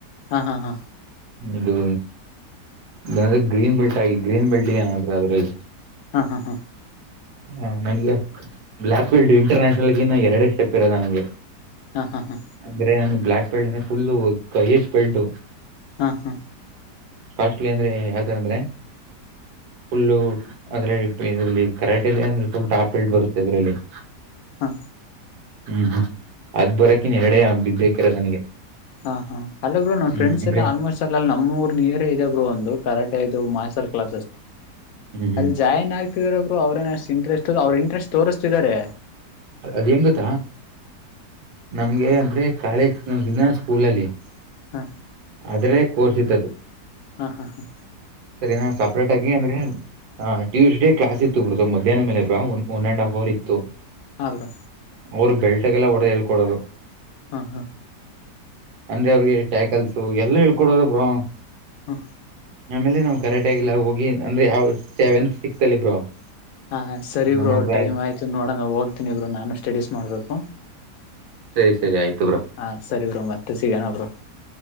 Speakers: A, on the left; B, on the right.
A: ಹಾ ಹಾ ಹಾ
B: ಇದು ಇದಂದ್ರೆ ಗ್ರೀನ್ ಬೆಲ್ಟ್ ಆಗಿ ಗ್ರೀನ್ ಬೆಲ್ಟ್ ಏನ್ರ ಅದ್ರಲ್ಲಿ
A: ಹಾ ಹಾ ಹಾ
B: ಹಾ ನನಗೆ ಬ್ಲ್ಯಾಕ್ ಫೀಲ್ಡ್ ಇಂಟರ್ನ್ಯಷನಲ್ಗ ಇನ್ನು ಎರಡೇ ಸ್ಟೆಪ್ ಇರದ ನನಗೆ
A: ಹಾ ಹಾ ಹಾ
B: ಅಂದ್ರೆ ನನ್ಗೆ ಬ್ಲ್ಯಾಕ್ ಬೆಲ್ಟ್ ಅಂದೆ ಫುಲ್ ಕೈಯಸ್ ಬೆಲ್ಟ್
A: ಹ್ಮ ಹಾ
B: ಕಾಸ್ಟ್ಲಿ ಅಂದ್ರೆ ಯಾವತರ ಅಂದ್ರೆ ಫುಲ್ಲು ಅದ್ರಲ್ಲಿ ಇದ್ರಲ್ಲಿ ಕರಾಟೆಲಿ ಅಂದ್ರೆ ಫುಲ್ ಟಾಪ್ಲ್ ಬರುತ್ತೆ ಅದ್ರಲ್ಲಿ <unintelligible>
A: ಹಾ
B: ಹ್ಮ್ ಹ್ಮ್ ಅದ್ ಬರಕಿನ್ ಎರಡೇ ಬಿದ್ದಬೇಕೇಕರ ನನಗೆ
A: ಹ ಹಾ ಅಲ್ಲ ಬ್ರರು ನಮ
B: ಹ್ಮ್
A: ಫ್ರೆಂಡ್
B: ಅಂದ್ರೆ
A: ಎಲ್ಲ ಆಲ್ಮೋಸ್ಟ್ ಎಲ್ಲ ನಮ್ಮ ಊರ್ ನೀಯರೇ ಇದೆ ಬರು ಒಂದು ಕರಾಟೆ ಇದು ಮಾಸ ಕ್ಲ
B: ಹ್ಮ್ ಹ್ಮ್
A: ಅಲ್ಲಿ ಜಾಯನ್ ಆ <inaudible> ರು ಅವ್ರೇನಷ್ಟ ಇಂಟ್ರೆಸ್ಟ್ ಅವರು ಇಂಟ್ರೆಸ್ಟ್ ತೋರಿಸ್ತಿದಿದ್ದಾರೆ
B: ಅ ಅದ್ ಹೆಂಗತ್ತಾ ನಮ್ಗೆ ಅಂದ್ರೆ ಕಾಲೇಜ್ ದಿನ ಸ್ಕೂಲಲ್ಲಿ <unintelligible>
A: ಹಾ
B: ಆದ್ರ ಕೋರ್ಸತ್ತದದು
A: ಹಾ ಹಾ ಹಾ
B: ಸರಿನಾ ಸಪ್ರೇಟ್ ಆಗಿ ಅಂದ್ರೆ ಹಾ ಟ್ಯೂಸ್ ಡ ಕ್ಲಾಸ್ ಇತ್ತು ಬರುತ ಮಧ್ಯಾಹ್ನ ಮೇಲೆಲ್ one and half hour ಇತ್ತು <unintelligible>
A: ಹ ಬ್ರೋ
B: ಅವರು ಬೆಲ್ಟಗೆ ಎಲ್ಲ ಹೊಡೆದ ಹೇಳ್ಕೊಡೋರು
A: ಹಾ ಹಾ
B: ಅಂದ್ರೆ ಅವ್ರಿಗೆ ಟ್ಯಾಕಲ್ಸು ಎಲ್ಲ ಹೇಳ್ಕೊಡ್ರ ಬ್ರೋ <inaudible>
A: ಹ್ಮ
B: ಆಮೇಲೆ ನಾವು ಕರೆಾಟೆಾಗಿಲ್ಲ ಹೋಗಿ ಅಂದ್ರೆ ಯಾವ್ ಸೆವೆಂತ್ ಸಿಕ್ಸ್ತ್ ಅಲ್ಲಿ ಬ್ರೋ <unintelligible>
A: ಹಾ ಸರಿ
B: ನನ್ನ
A: ಬ್ರೋ
B: ಹತ್ರ
A: ಟೈಮ್ ಆಯ್ತು ನೋಡಣ ಹೋಗ್ತೀನಿ ಇಬ್ರು ನಾನು ಸ್ಟಡೀಸ್ ಮಾಡ್ಬೇಕು <unintelligible>
B: ಸರಿ ಸರಿ ಆಯ್ತು ಬ್ರೋ
A: ಹಾ ಸರಿ ಬ್ರೋ ಮತ್ತೆ ಸಿಗಣ ಬ್ರೋ <unintelligible>